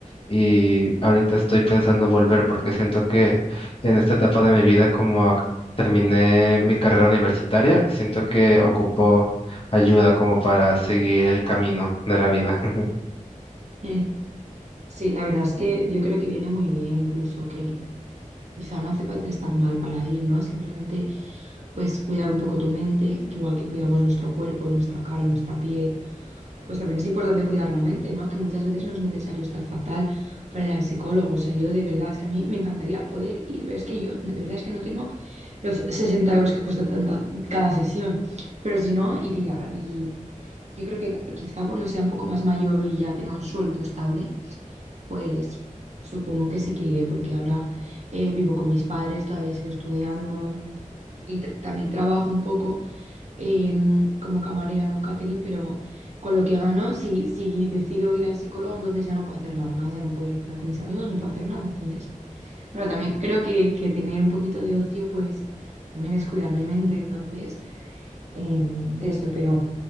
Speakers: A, on the left; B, on the right.
A: Y ahorita estoy pensando volver porque siento que en esta etapa de mi vida como terminé mi carrera universitaria, siento que ocupo ayuda como para seguir el camino de la vida. <laughs>
B: <laughs> Sí, la verdad es que yo creo que viene muy bien, incluso que quizá no hace falta estar mal para ir, ¿no? Simplemente pues cuidar un poco tu mente, igual que cuidamos nuestro cuerpo, nuestra cara, nuestra piel, pues también es importante cuidar la mente, ¿no? Que muchas veces no es necesario estar fatal para ir al psicólogo. O sea, yo de verdad es que a mí me encantaría poder ir, pero es que yo de verdad es que no tengo los 60 euros que cuesta tanta- cada sesión. Pero si no, iría. Y yo creo que cu- quizá cuando sea un poco más mayor y ya tenga un sueldo estable, pues supongo que sí que iré, porque ahora eh, vivo con mis padres, todavía sigo estudiando y tra- también trabajo un poco em, como camarera en un catering, pero con lo que gano, si, si decido ir al psicólogo, entonces ya no puedo hacer nada más, ya no puedo ir a cenar con mis amigos, no puedo hacer nada, entonces. Pero también creo que, que tener un poquito de ocio, pues también es cuidar mi mente, entonces, em, eso, pero